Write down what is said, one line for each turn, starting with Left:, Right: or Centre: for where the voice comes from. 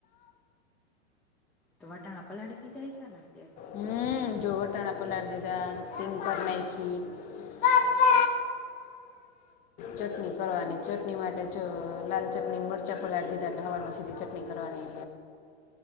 Centre: તો વટાણા પલાળી દીધા હસે ને અત્યારથી
Left: હમ જો વટાણા પલાડી દીધા સિંગ કરી નાખી હવે ચટણી કરવાની ચટણી માટે જો લાલ ચટણી મર ચાઃ પલાડી દીધા એટલે હવારમાં સીધી ચટણી કરવાની.